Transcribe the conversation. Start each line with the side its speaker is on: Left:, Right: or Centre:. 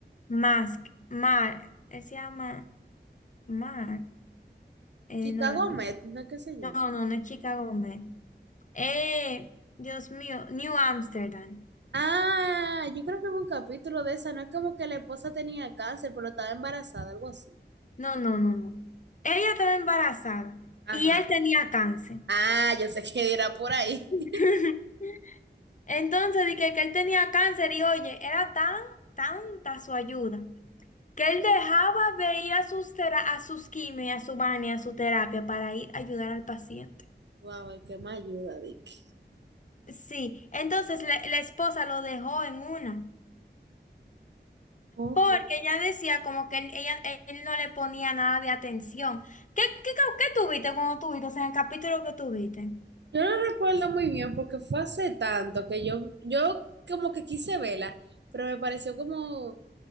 Left: Mask. Mar. Él se llama Mar. Eh,
Right: Chicago
Left: no, la chica-
Right: Med, ¿no es que se llama?
Left: No, no, no es Chica Gómez. Eh, Dios mío, New Amsterdam.
Right: Ah, yo creo que hubo un capítulo de esa. No es como que la esposa tenía cáncer, pero estaba embarazada, algo así.
Left: No, no, no, no. Ella estaba embarazada
Right: Ajá.
Left: y él tenía cáncer.
Right: Ah, yo sé que dirá por ahí.
Left: <laughs>
Right: <laughs>
Left: Entonces dije que él tenía cáncer y oye, era tan, tanta su ayuda que él dejaba de ir a sus, tera- a sus quimio, y a su baño, y a su terapia para ir a ayudar al paciente.
Right: Wow, el que me ayuda, Dick.
Left: Sí, entonces la, la esposa lo dejó en una,
Right: Ok.
Left: porque ella decía como que él, ella, él no le ponía nada de atención. ¿Qué, qué, qué tuviste cuando tuviste? O sea, en el capítulo que tuviste.
Right: Yo no recuerdo muy bien porque fue hace tanto que yo, yo como que quise verla, pero me pareció como,